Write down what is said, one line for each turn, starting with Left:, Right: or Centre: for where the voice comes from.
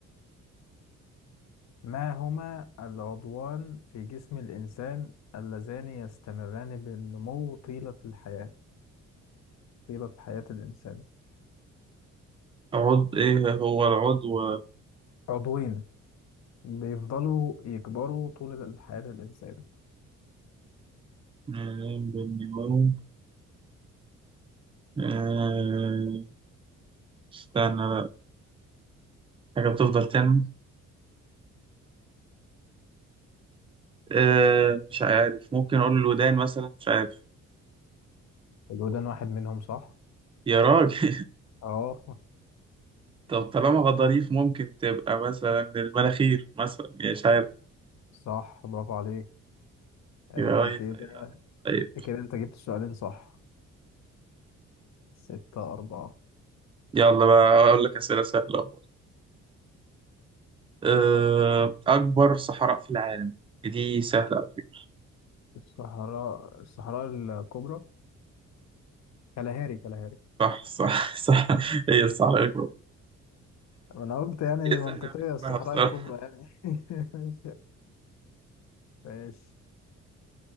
Left: ما هما العضوان في جسم الإنسان اللذان يستمران بالنمو طيلة الحياة طيلة حياة الإنسان
Right: عضو ايه هو العضو آه،
Left: عضوين بيفضلوا يكبروا طول حياة الإنسان
Right: من النمو آه استنى بقى. حاجه بتفضل تنمو أه مش عارف ممكن اقول الودان مثلا مش عارف
Left: الودان واحد منهم صح؟
Right: يا راجل
Left: اه
Right: <laughs> طب طالما غضاريف ممكن تبقى مثلا المناخير مثلا يا مش عارف
Left: صح برافو عليك ادي
Right: يا ريس
Left: كده
Right: طيب
Left: كده انت جبت السؤالين صح ستة أربعة
Right: يلا بقى اقول لك اسئله سهله أهو. أه اكبر صحراء في العالم دي سهله على فكره
Left: الصحراء الصحراء الكبرى كالهاري كالهاري
Right: صح صح <laughs> صح هي الصحراء الاكبر
Left: انا قلت يعني
Right: هي سهله
Left: منطقية
Right: باسمها
Left: الصحراء
Right: بصراحه
Left: الكبرى يعني <laughs> ماشي ماشي